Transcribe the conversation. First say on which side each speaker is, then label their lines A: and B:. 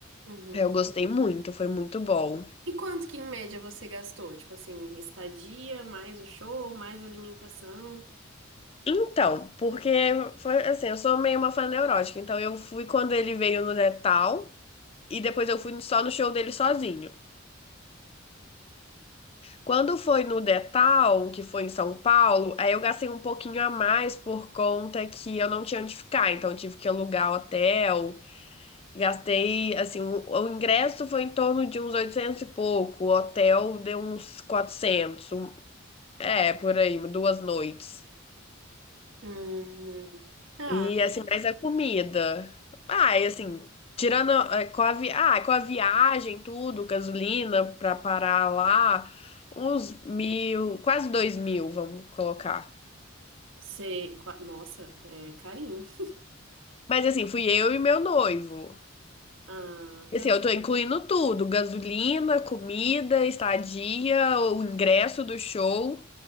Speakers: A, on the right; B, on the left.
A: Uhum.
B: É, Eu gostei muito, foi muito bom.
A: E quanto que em média você gastou? Tipo assim, estadia, mais o show, mais alimentação?
B: Então, porque foi assim, eu sou meio uma fã neurótica, então eu fui quando ele veio no Detal e depois eu fui só no show dele sozinho. Quando foi no Detal, que foi em São Paulo, aí eu gastei um pouquinho a mais por conta que eu não tinha onde ficar, então eu tive que alugar hotel. Gastei, assim, o, o ingresso foi em torno de uns 800 e pouco, o hotel deu uns 400, um- é, por aí, duas noites.
A: Hum. Ah,
B: E assim, mas a comida. Ah, e assim, tirando eh, com a, vi... ah, com a viagem, tudo, gasolina pra parar lá, uns mil, quase dois mil, vamos colocar.
A: sei. Qua- Nossa, é carinho. <laughs>
B: Mas assim, fui eu e meu noivo.
A: Ah,
B: E,
A: tá.
B: Assim, eu tô incluindo tudo: gasolina, comida, estadia, o ingresso do show.